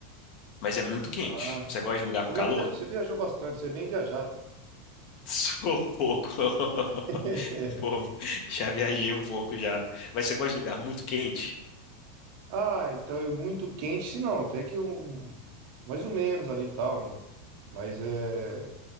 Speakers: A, on the left; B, on the right.
A: Mas é muito quente.
B: Ah,
A: Você gosta de lugar
B: você
A: com calor?
B: já deve- você viajou bastante, você é bem viajado.
A: <laughs> Sou um pouco. <laughs>
B: <laughs>
A: Um pouco. Já viajei um pouco já. Mas você gosta de lugar muito quente?
B: Ah, então é muito quente, se não, até que um mais ou menos ali e tal. Mas é,